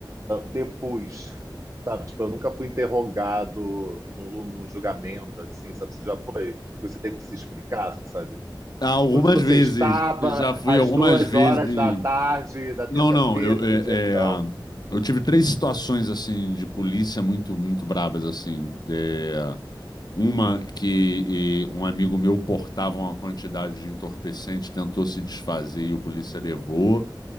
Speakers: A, on the right (about 40°); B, on the left (about 60°).
A: depus, sabe? Tipo, eu nunca fui interrogado num, num julgamento, assim, sabe? Você já foi? Você teve que se explicar, sabe?
B: Ah, Algumas
A: Onde você
B: vezes.
A: estava
B: Eu já fui
A: às
B: algumas
A: duas
B: vezes.
A: horas da tarde da terça-feira
B: Não, não. Eu, é,
A: do Gerdau?
B: é, ah, eu tive três situações assim de polícia muito, muito brabas assim. É, uma que e, um amigo meu portava uma quantidade de entorpecente, tentou se desfazer e o polícia levou.